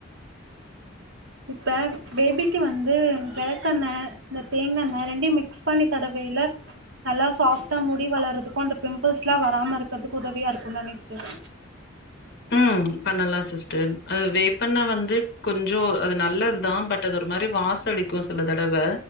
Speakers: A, on the right (about 60°); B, on the left (about 55°).
A: இப்ப பேபிக்கு வந்து வேளக்கெண்ண இந்த தேங்காண்ண ரெண்டையு மிக்ஸ் பண்ணி தடவைல நல்லா சாஃப்டா முடி வளரதுக்கு அந்த பிம்பிள்ஸ்லா வராம இருக்கற்துக்கு உதவியா இருக்குதானே சிஸ்டர்
B: ம் பண்ணலா சிஸ்டர் அது வேப்பெண்ண வந்து கொஞ்சோ அது நல்லதுதா பட் அது ஒரு மாரி வாசோ அடிக் கு சில தடவ